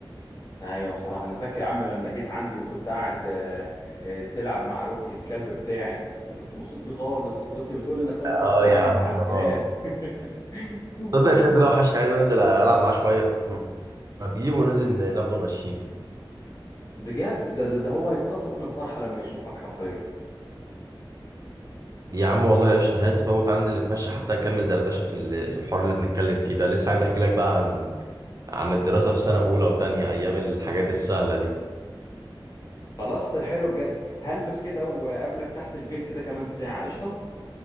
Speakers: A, on the left; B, on the right.
A: ايوه بصراحه انا فاكر يا عم لما جيت عندي وكنت قاعد آه، آه، تلعب مع روكي الكلب بتاعي وكنت مبسوط بيه خالص وكنت بتقول انك اول مره تتعامل
B: اه يا عم
A: مع الكلاب
B: اه
A: <laughs>
B: تصدق الشاب ده وحشني عايز انزل العب معاه شويه م- اجيبه وننزل ن- ناخده نمشيه
A: بجد ده, ده ده هو هيتنطط من الفرحه لما يشوفك حرفيا
B: يا عم والله قشطه هات طب تعالى ننزل نتمشى حتى نكمل دردشه في ال- في الحوار اللي بنتكلم فيه ده لسه عايز احكي لك بقى عن عن الدراسه في سنه اولى وتانية ايام الحاجات السهله دي
A: خلاص حلو بجد هلبس كده وقابلك تحت البيت كده كمان ساعة قشطة